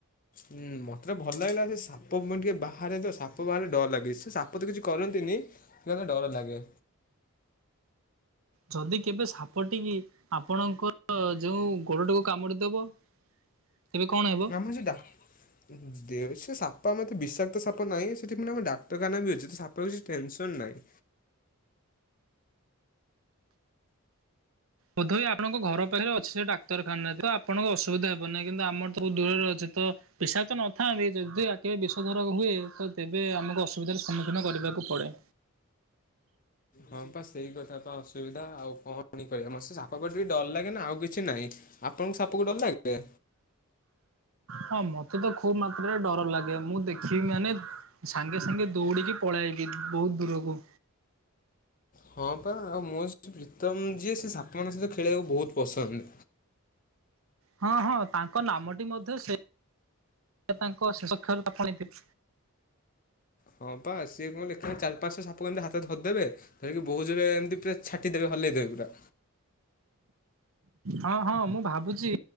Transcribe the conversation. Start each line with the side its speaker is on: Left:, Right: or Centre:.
Left: ହୁଁ ମତେ ଭଲ ଲାଗିଲା। ସେ ସାପ ପୁଣି ଟିକେ ବାହାରେ ତ ସାପ ବାହାରିଲେ ଡର ଲାଗେ। ସେ ସା ପ ତ କିଛି କରନ୍ତିନି, କିନ୍ତୁ ମତେ ଡର ଲାଗେ।
Right: ଯଦି କେବେ ସାପ ଟି ଆପଣଙ୍କ ଯୋଉ ଗୋଡଟିକୁ କାମୁଡିଦବ? ତେବେ କଣ ହେ
Left: <unintelligible> ଦେ ସେ ସାପ ଆମେ ଏତେ ବିଷାକ୍ତ ସାପ ନାହିଁ, ସେଠି ମାନେ ଆମ ଡାକ୍ତରଖାନା ବି ଅଛି। ଯଦି ସା ତ କିଛି ଟେନସନ୍ ନାଇଁ।
Right: ବୋଧହୁଏ ଆପଣଙ୍କ ଘର ପାଖରେ ଅଛି ସେ ଡାକ୍ତରଖାନା, ତ ଆପଣଙ୍କ ଅସୁବିଧା ହେବ ନାହିଁ। କିନ୍ତୁ ଆମର ତ ଦୂରରେ ଅଛ। ତ ବିଷାକ୍ତ ନଥାନ୍ତି ଯଦି ଆ କେବେ ବିଷୋଧର ହୁଏ ତ ତେବେ ଆମକୁ ଅସୁବିଧାର ସମ୍ମୁଖୀନ କରିବାକୁ ପଡ଼େ।
Left: ହଁ ପା ସେଇ କଥା ପା ଅସୁବିଧା। ଆଉ କଣ କରି ପାରିବା। ମତେ ସେ ସା ପ ଟିକେ ଡର ଲାଗେ ନା ଆଉ କିଛି ନାହିଁ। ଆପଣଙ୍କୁ ସାପକୁ ଡର ଲାଗେ?
Right: ହଁ ମତେ ତ ଖୁବ୍ ମାତ୍ରାରେ ଡର ଲାଗେ। ମୁଁ ଦେଖିବି ମାନେ ସାଙ୍ଗେ ସାଙ୍ଗେ ଦୌଡିକି ପଳାଇବି ବହୁତ୍ ଦୂରକୁ।
Left: ହଁ ପା ଆଉ ମୋ ସେ ପ୍ରୀତମ ଯିଏ ସେ ସାପମାନଙ୍କ ସହିତ ଖେଳିବାକୁ ବହୁତ୍ ପସନ୍ଦ।
Right: ହଁ ହଁ ତାଙ୍କ ନାମଟି ମଧ୍ୟ ସେ। <unintelligible>
Left: ହଁ ପା ସିଏ କଣ ଲେଖେ ଚାରି ପାଞ୍ଚ ଟା ସାପ କୁ ଏମିତି ହାତରେ ଧରିଦେବେ ଧରିକି ବହୁତ୍ ଜୋରେ ଏମିତି ପୁରା ଛାଟିଦେବେ ହଲେଇ ଦେବେ ପୁରା।
Right: ହଁ ହଁ ମୁଁ ଭାବୁଚି